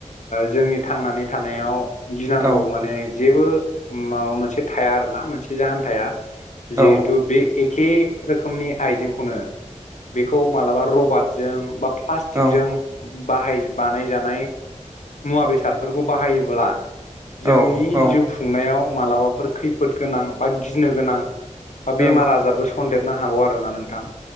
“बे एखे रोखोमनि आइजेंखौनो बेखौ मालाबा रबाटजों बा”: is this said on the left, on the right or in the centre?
Left